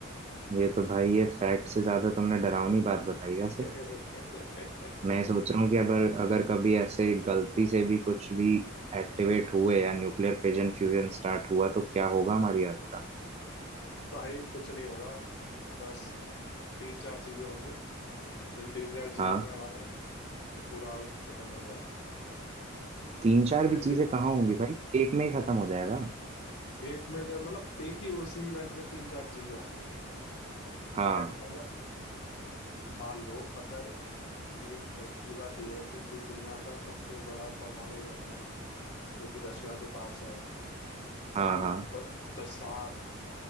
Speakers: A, on the right; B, on the left.
A: ये तो भाई ये फैक्ट से ज्यादा तुमने डरावनी बात बताई वैसे
B: <laughs>
A: मैं सोच रहा हूँ कि अगर अगर कभी ऐसे गलती से भी कुछ भी एक्टिवेट हुए या न्यूक्लियर फिजन फ्यूजन स्टार्ट हुआ तो क्या होगा हमारी अर्थ का
B: भाई कुछ नहीं होगा बस तीन चार चीजें होंगी जिन तीन चार चीजों
A: हाँ?
B: में हमारा पूरा अर्थ खत्म हो जाएगा
A: तीन चार
B: जैसे
A: भी चीजें कहाँ होंगी भाई एक में ही खत्म हो जाएगा
B: एक में जब मतलब एक ही उसी इवेंट में तीन चार चीजें होंगी
A: हाँ
B: लाइक अगर मान लो अगर एक फैक्ट की बात यह है कि जो दुनिया का सबसे बड़ा परमाणु बम है जो कि रशिया के पास है
A: हाँ
B: अ,
A: हाँ
B: द, दसार